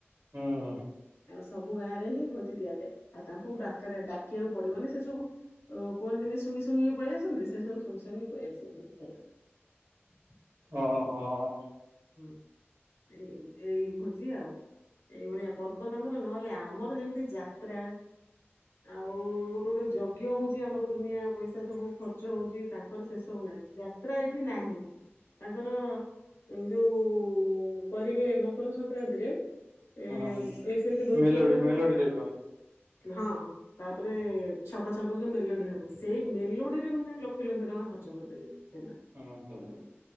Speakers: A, on the right; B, on the left.
A: ହୁଁ
B: ଆଉ ସବୁ ଗାଁରେ ହିଁ ଭୋଜି ଦିଆଯାଏ ଆଉ ତାଙ୍କୁ ଡାକରା ଡାକିବାକୁ ପଡିବନି ସେ ସବୁ ଓ କୁହନ୍ତିନି ଶୁଙ୍ଗି ଶୁଙ୍ଗି ପଳେଇଆସନ୍ତି ସେ ସବୁ ସୁଙ୍ଗି ସୁଙ୍ଗୀ କି ପଳେଇଆସିବେ ଭୋଜି ଖାଇବାକୁ
A: ଓହୋ।
B: ସେଇଆ। ହୁଁ ଏଇ ଏଇ ଭୋଜି ଆଉ। ଏଇଭଳିଆ ପର୍ବ ତାଙ୍କର। ନହେଲେ ଆମର ଯେମିତି ଯାତ୍ରା। ଆଉ ଗୋଟେ ଗୋଟେ ଯଜ୍ଞ ହଉଛି ଆମର ଦୁନିଆ ପଇସା ସବୁ ଖର୍ଚ୍ଚ ହଉଛି। ତାଙ୍କର ସେ ସବୁ ନାହିଁ। ଯାତ୍ରା ଏଠି ନାହିଁ।
A: <inaudible>
B: ତାଙ୍କର ଯୋଉ କରିବେ ମକର ସଂକ୍ରାନ୍ତିରେ। ଏ
A: ହୁଁ
B: ଏ ସେମତି ବୋଜିବା
A: ମେଲୋଡି
B: ତଥା
A: ମେଲୋଡି ଟାଇପ ର
B: ହଁ। ତାପରେ ଛକ ଛକ କି ମେଲୁଡି ହବ ସେଇ ମେଲୁଡିରେ ମାନେ ଲକ୍ଷ ଲକ୍ଷ ଟଙ୍କା ଖର୍ଚ୍ଚ କରିଦେବେ। ସେ <unintelligible>
A: ହୁଁ ହୁଁ